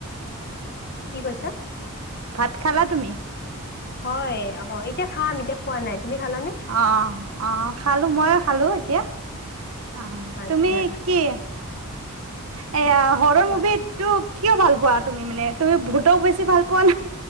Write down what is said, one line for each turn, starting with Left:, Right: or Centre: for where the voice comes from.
Left: কি কৈছা
Right: ভাত খালা তুমি?
Left: হয় অ এতিয়া খাম এতিয়া খোৱা নাই তুমি খালানে
Right: অ অ খালো মই খালো এতিয়া অ
Left: আচ্ছা
Right: তুমি কি হে এয়া হৰৰ
Left: কোৱা
Right: মুভি টো কিয় ভাল পোৱা মানে তুমি ভত বেছি ভাল পোৱা